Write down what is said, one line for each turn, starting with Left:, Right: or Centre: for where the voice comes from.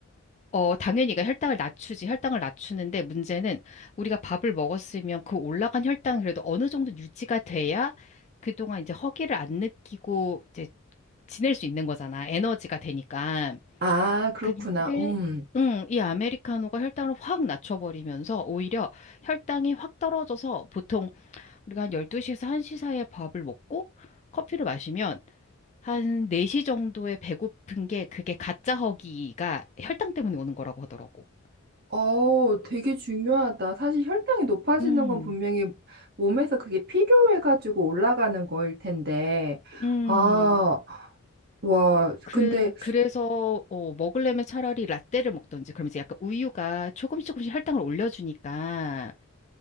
Left: 어, 당연히 그 혈당을 낮추지. 혈당을 낮추는데 문제는 우리가 밥을 먹었으면 그 올라간 혈당 그래도 어느 정도 유지가 돼야 그동안 이제 허기를 안 느끼고 이제 지낼 수 있는 거잖아. 에너지가 되니까.
Right: 아, 그렇구나.
Left: 근데
Right: 음.
Left: 응, 이 아메리카노가 혈당을 확 낮춰버리면서 오히려 혈당이 확 떨어져서 보통 우리가 한 12시에서 1시 사이에 밥을 먹고 커피를 마시면 한 4시 정도에 배고픈 게 그게 가짜 허기가 혈당 때문에 오는 거라고 하더라고.
Right: 어, 되게 중요하다. 사실 혈당이 높아지는
Left: 음,
Right: 건 분명히 몸에서 그게 필요해가지고 올라가는 거일 텐데.
Left: 음.
Right: 아, 와,
Left: 그래,
Right: 근데,
Left: 그래서, 어, 먹으려면 차라리 라떼를 먹던지, 그럼 이제 약간 우유가 조금씩 조금씩 할당을 올려주니까,